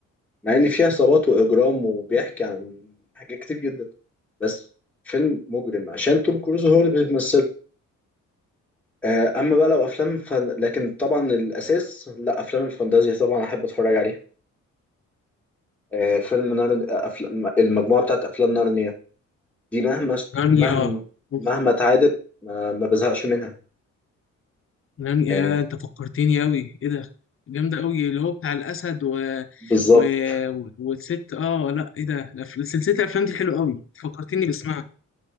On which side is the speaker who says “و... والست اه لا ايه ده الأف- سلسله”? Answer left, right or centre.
Left